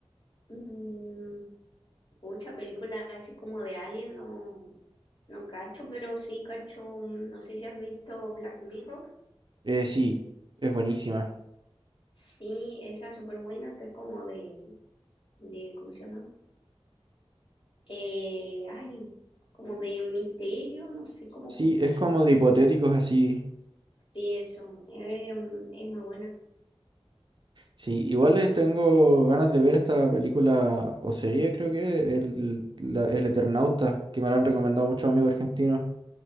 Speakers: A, on the left (about 55°); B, on the right (about 50°).
A: Mm, mucha película así como de Alien, no, no cacho, pero sí cacho, mm, no sé si has visto Black Mirror.
B: Eh, sí, es buenísima.
A: Sí, esa es súper buena, que es como de de, ¿cómo se llama? Eh, ay, como de misterio, no sé, como
B: Sí,
A: futurista.
B: es como de hipotéticos así.
A: Sí, eso, eh, es muy buena.
B: Sí, igual les tengo ganas de ver esta película o serie, creo que, el, la- El Eternauta, que me la han recomendado muchos amigos argentinos.